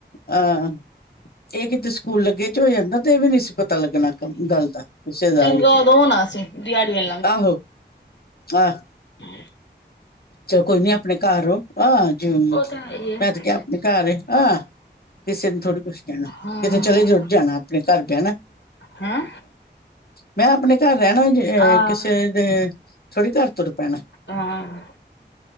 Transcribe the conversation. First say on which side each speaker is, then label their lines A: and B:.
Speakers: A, on the left; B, on the left.
A: ਹਾਂ, ਇਹ ਕਿਤੇ ਸਕੂਲ ਲੱਗੇ ਚ ਹੋ ਜਾਂਦਾ ਤੇ ਏ ਵੀ ਪਤਾ ਲੱਗਣਾ ਕੰ ਗੱਲ ਦਾ ਕਿਸੇ ਦਾ
B: ਚੰਗਾ
A: ਵੀ,
B: ਉਦੋਂ ਹੋਣਾ ਸੀ ਦਿਹਾੜੀਆਂ
A: ਆਹੋ। ਆਹ।
B: ਹਮ।
A: ਚਲੋ ਕੋਈ ਨੀ ਅਪਨੇ ਘਰ ਰੌਂ, ਆ ਜੂ
B: ਉਹ ਤਾਂ ਹੈ ਹੀ ਹੈ।
A: ਮੈਂ ਤੇ ਕਿਹਾ ਅਪਨੇ ਘਰ ਏ। ਕਿਸੇ ਨੂੰ ਥੋੜੀ ਕੁਛ ਕਹਿਣਾ
B: ਹਾਂ
A: ਕਿਤੇ ਚਲੇ <unintelligible> ਜਾਣਾ ਆਪਣੇ ਘਰ ਬੇਣਾ।
B: ਹੈਂ।
A: ਮੈਂ ਅਪਨੇ ਘਰ ਰਹਿਣਾ ਜੇ
B: ਆਹ
A: ਕਿਸੇ ਦੇ ਥੋੜ੍ਹੀ ਘਰ ਤੁਰ ਪੈਣੇ
B: ਹਾਂ